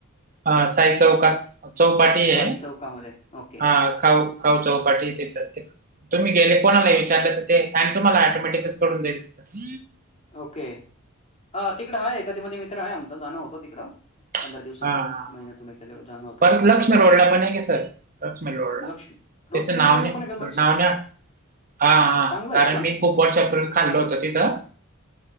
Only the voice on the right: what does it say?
हां साई चौकांत चौपाटी आहे
हां खाऊं हो. चौपाटीत येतात ते. तुम्ही गेले कोणाला
विचारले ते. टाइम तुम्हाला ऑटोमॅटिकच कळून जाईल तिथ.
हा.
हा. हा.
परत लक्ष्मी रोडला पण आहे क सर लक्ष्मी रोडला.
त्याच नाव नाही,
नाव नाही. हा. हा. हा
कारण
मी- खूप वर्षापूर्वी खाल्लं होत तिथं.